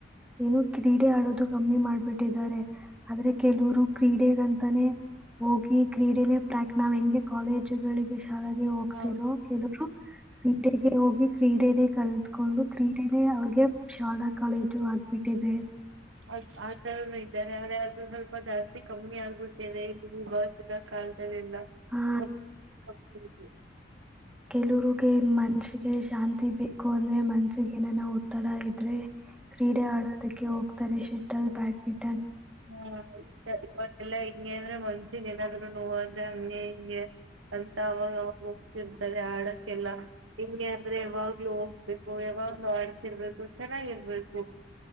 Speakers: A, in the centre; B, on the right (about 85°).
A: ಏನು ಕ್ರೀಡೆ ಆಡೋದು ಕಮ್ಮಿ ಮಾಡ್ಬಿಟ್ಟಿದ್ದಾರೆ. ಆದ್ರೆ ಕೆಲವರು ಕ್ರೀಡೆಗಂತಾನೇ ಹೋಗಿ ಕ್ರೀಡೆನೇ ಪ್ರ್ಯಾಕ್ ನಾವ್ ಹೆಂಗೆ ಕಾಲೇಜುಗಳಿಗೆ ಶಾಲೆಗೆ ಹೋಗ್ತಿರೋ,
B: ಹಾ
A: ಕೆಲವ್ರು ಕ್ರೀಡೆಗೆ ಹೋಗಿ ಕ್ರೀಡೆದೆ ಕಲ್ <unintelligible> ತ್ಕೊಂಡು <unintelligible> ಕ್ರೀಡೆನೆ ಅವ್ರಿಗೆ ಶಾಲಾ ಕಾಲೇಜು ಆಗ್ಬಿಟ್ಟಿದೆ.
B: ಹೌದ್ ಆಥರನೂ ಇದ್ದಾರೆ. ಆದ್ರೆ ಅದು ಸ್ವಲ್ಪ ಜಾಸ್ತಿ ಕಮ್ಮಿ ಆಗ್ಬ <unintelligible> ಿನ ಕದಿಂದ
A: ಆ
B: <unintelligible>
A: ಕೆಲವ್ರುಗೆ ಮನ್ಸಿಗೆ ಶಾಂತಿ ಬೇಕು ಅಂದ್ರೆ ಮನ್ಸಿಗೆ ಏನನೋ ಒತ್ತಡ ಇದ್ರೆ ಕ್ರೀಡೆ ಆಡೋದಕ್ಕೆ ಹೋಗ ಹೋಗ್ತಾರೆ ಶಟಲ್ ಬ್ಯಾಡ್ಮಿಂಟ
B: ಹ್ಮ, ಈಗ ಇವಾಗೆಲ್ಲ ಐ <unintelligible> ಹೆಂಗೆ ಅಂದ್ರೆ ಮನ್ಸಿಗ್ ಏನಾದ್ರು ನೋವಾದ್ರೆ ಹಂಗೆ ಹಿಂಗೆ ಅಂತ ಅವಾಗ ಅವಾಗ ಹೋಗ್ತಿರ್ತಾರೆ ಆಡಕ್ಕೆಲ್ಲ. ಹಿಂಗೆ ಅಂದ್ರೆ ಯಾವಾಗ್ಲೂ ಹೋಗ್ಬೇಕು ಯಾವಾಗ್ಲೂ ಆಡ್ತಿರ್ಬೇಕು ಚೆನ್ನಾಗಿರ್ಬೇಕು.